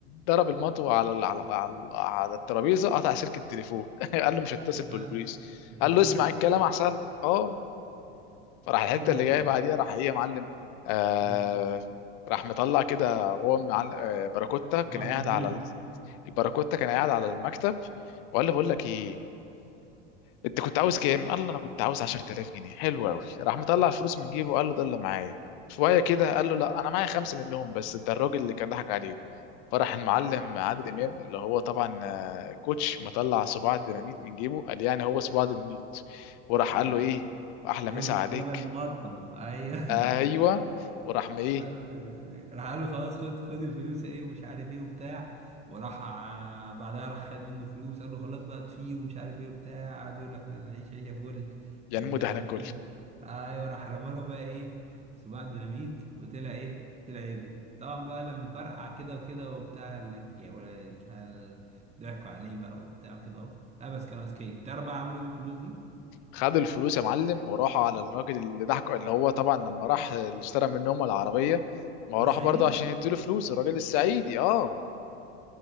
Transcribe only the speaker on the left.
ضرب المطوه على ال- على على, على الترابيزه قطع سلك التليفون <laughs> قال له مش هتصل بالبوليس
قال
له اسمع الكلام احسن لك اه فراح الحته
اللي
جايه بعديها راح ايه يا معلم آه
راح مطلع كده وهو معلم آه باراكوتا كان
قاعد
على ال... الباراكوتا كان قاعد على المكتب وقال له بقول لك ايه انت كنت عاوز كام؟ قال له انا كنت عاوز 10000 جنيه حلو قوي راح مطلع الفلوس من جيبه وقال له ده اللي معايا شويه كده قال له لا انا معايا خمسه منهم بس ده الراجل اللي كان ضحك عليهم فراح المعلم عادل امام اللي هو طبعا آه، كوتش مطلع صباع الديناميت من جيبه قال يعني هو صباع ديناميت وراح قال
له ايه احلى
مسا عليك
ايوه وراح ما ايه
يعني
مده
هناكل
خدوا الفلوس يا معلم وراحوا على الراجل اللي ضحك اللي هو طبعا لما راح اللي اشترى منهم العربيه ما هو
راح برضه عشان يديله فلوس الراجل السعيدي اه